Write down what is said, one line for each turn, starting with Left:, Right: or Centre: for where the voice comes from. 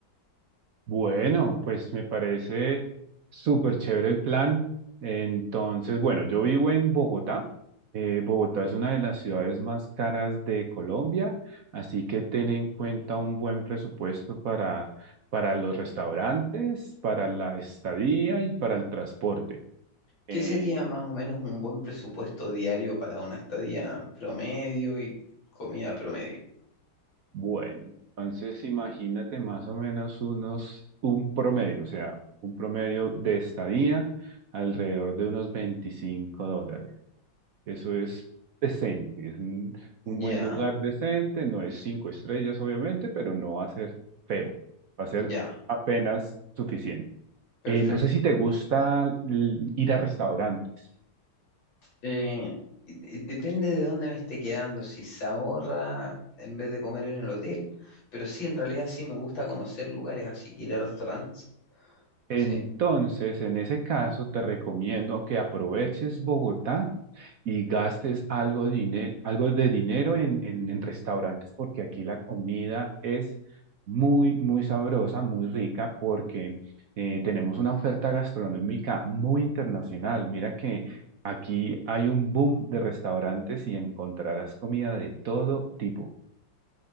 Right: Bueno, pues me parece súper chévere el plan. Entonces, bueno, yo vivo en Bogotá. Eh, Bogotá es una de las ciudades más caras de Colombia, así que ten en cuenta un buen presupuesto para, para los restaurantes, para la estadía y para el transporte. Eh,
Left: ¿qué sería más o menos un buen presupuesto diario para una estadía promedio y comida promedio?
Right: Bueno, entonces imagínate más o menos unos, un promedio, o sea, un promedio de estadía alrededor de unos 25 dólares. Eso es decente, es un,
Left: Ya,
Right: un buen lugar decente, no es cinco estrellas obviamente, pero no va a ser feo, va a ser
Left: ya,
Right: apenas suficiente.
Left: perfecto.
Right: Eh, no sé si te gusta l- ir a restaurantes.
Left: Eh, y- y depende de dónde me esté quedando, si se ahorra en vez de comer en el hotel, pero sí, en realidad sí me gusta conocer lugares, así que ir a restaurantes,
Right: Entonces,
Left: sí.
Right: en ese caso, te recomiendo que aproveches Bogotá y gastes algo, dine- algo de dinero en, en, en restaurantes, porque aquí la comida es muy, muy sabrosa, muy rica, porque eh, tenemos una oferta gastronómica muy internacional. Mira que aquí hay un boom de restaurantes y encontrarás comida de todo tipo.